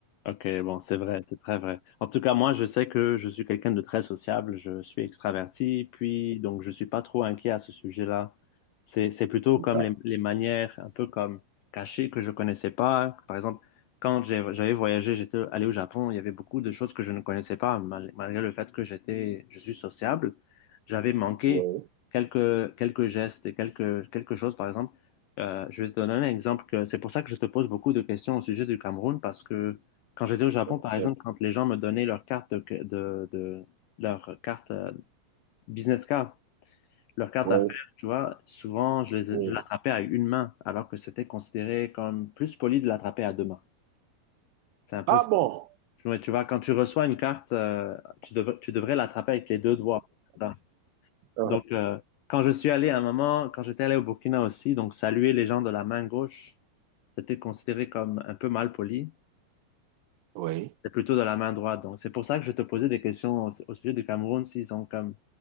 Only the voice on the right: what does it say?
C'est
ça.
Ouais.
C'est...
ouais,
ouais.
Ah bon?
Euh,
Oui.